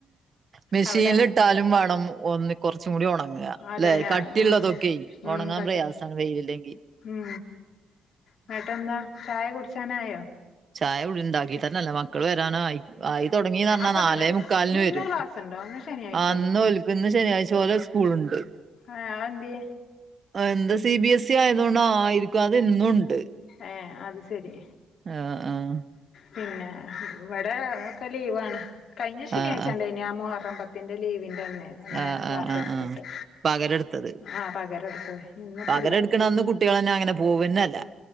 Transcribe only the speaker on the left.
അവിടെ
അതന്നെ
ഉം ഉം
കട്ട്
ഉം ന്നട്ടെന്താ ചായ കുടിച്ചാനായോ
അപ്പൊ
ഇന്ന്
ഇന്ന്
ക്ലാസ്സുണ്ടോ ഇന്ന് ശനിയാഴ്ചല്ലേ
ഏഹ് അഹ് ന്തേ
ഏഹ് അത് ശരി.
പിന്നെ ഇവിടെ ഒക്കെ ലീവാണ് കഴിഞ്ഞ ശനിയാഴ്ച്ച
ഇണ്ടായേ നി ആ മുഹറം പത്ത്. ത്തിന്റെ ലീവിന്റെ അന്നെ അന്ന്
ക്ലാസ്
എടുത്തിട്ട്,
ആ പകരം എടുത്തത് ഇന്നിപ്പല്ല